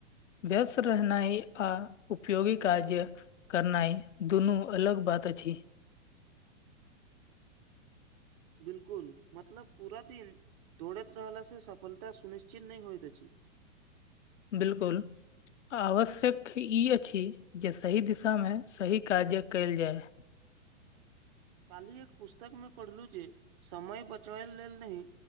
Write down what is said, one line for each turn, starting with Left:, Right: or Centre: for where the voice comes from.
Left: व्यस्त रहनाइ आ उपयोगी कार्य करनाइ दुनू अलग बात अछि
Right: बिल्कुल मतलब पूरा दिन दौड़ैत रहलासँ सफलता सुनिश्चित नहि होइत अछि
Left: बिल्कुल आवश्यक ई अछि जे सही दिशामे सही काज कयल जाय
Right: कालहि एक पुस्तकमे पढ़लहुँ जे समय बचबै लेल नहि